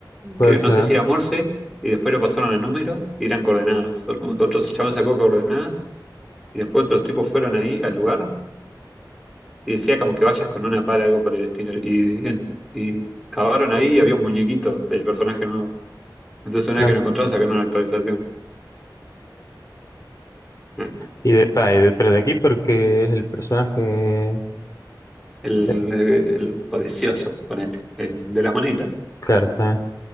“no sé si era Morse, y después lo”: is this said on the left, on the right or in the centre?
Centre